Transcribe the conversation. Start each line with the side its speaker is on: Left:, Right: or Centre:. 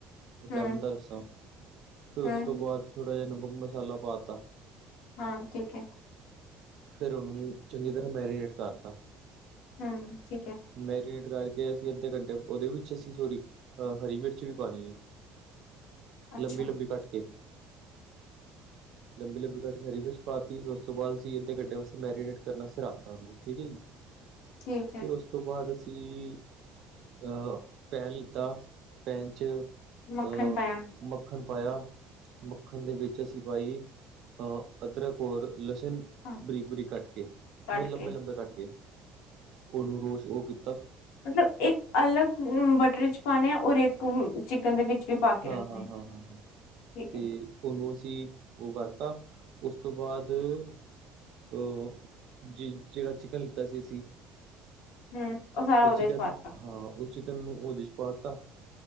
Right: ਲੈਮਨ
Left: ਹੂੰ
Right: ਦਾ ਰੱਸਾਂ, ਫਿਰ ਉਸ
Left: ਹੂੰ
Right: ਤੋਂ ਬਾਅਦ। ਥੋੜਾ ਜਿਹਾ ਨਮਕ ਮਸਾਲਾ ਪਾ ਤਾ।
Left: ਹਾਂ ਠੀਕ ਹੈ।
Right: ਫਿਰ ਉਹਨੂੰ ਚੰਗੀ ਤਰ੍ਹਾਂ ਮੈਰੀਨੇਟ ਕਰਤਾ।
Left: ਹੂੰ। ਠੀਕ ਹੈ
Right: ਮੈਰੀਨੇਟ ਕਰ ਤੇ ਅਸੀਂ ਅੱਧੇ ਘੰਟੇ ਉਹਦੇ ਵਿੱਚ ਅਸੀਂ ਥੋੜੀ ਅਹ ਹਰੀ ਮਿਰਚ ਵੀ ਪਾਣੀ ਹੈ।
Left: ਅੱਛਾ
Right: ਲੰਬੀ ਲੰਬੀ ਕੱਟ ਕੇ। ਲੰਬੀ ਲੰਬੀ ਕੱਟ ਹਰੀ ਵਿੱਚ ਪਾਤੀ ਉਸ ਤੋਂ ਬਾਅਦ ਅਸੀਂ ਅੱਧੇ ਘੰਟੇ ਵਾਸਤੇ ਮੈਰੀਨੇਟ ਕਰਨ ਵਾਸਤੇ ਰੱਖਤਾ ਉਹਨੂੰ ਠੀਕ ਹੈ ਜੀ।
Left: ਠੀਕ ਹੈ।
Right: ਫਿਰ ਉਸ ਤੋਂ ਬਾਅਦ ਅਸੀਂ ਅ ਪੈਨ ਲਿੱਤਾ ਪੈਨ ਚ
Left: ਮੱਖਣ
Right: ਅ
Left: ਪਾਇਆ
Right: ਮੱਖਣ ਪਾਇਆ। ਮੱਖਣ ਦੇ ਵਿੱਚ ਅਸੀ ਪਾਈ ਅਹ ਅਦਰਕ ਔਰ ਲਸਣ
Left: ਹਾਂ
Right: ਬਰੀਕ ਬਰੀਕ ਕੱਟ ਕੇ
Left: ਕੱਟ
Right: ਨ ਲੰਬੇ
Left: ਕੇ
Right: ਲੰਬੇ ਕੱਟ ਕੇ। ਉਹਨੂੰ ਰੋਸ ਉਹ
Left: ਮਤਲਬ ਇੱਕ ਅਲੱਗ ਬਟਰ ਚ ਪਾਣੇ ਔਰ ਇੱਕ ਚਿਕਨ ਦੇ ਵਿੱਚ। ਵੀ ਪਾ ਕੇ
Right: ਹਾਂ
Left: ਰੱਖਣੇ
Right: ਹਾਂ ਹਾਂ ਹਾਂ ਹਾਂ
Left: ਠੀਕ
Right: ਤੇ
Left: ਹੈ
Right: ਉਹਨੂੰ ਅਸੀ ਉਹ ਕਰਤਾ ਉਸ ਤੋਂ ਬਾਅਦ ਅਹ ਜ ਜਿਹੜਾ ਚਿਕਨ ਲਿੱਤਾ ਸੀ ਅਸੀ
Left: ਹੂੰ, ਸਾਰਾ
Right: ਉਹ
Left: ਉਹਦੇ
Right: ਚਿਕਨ
Left: ਚ ਪਾਤਾ
Right: ਹਾਂ। ਚਿਕਨ ਨੂੰ ਉਹਦੇ ਚ ਪਾ ਤਾ,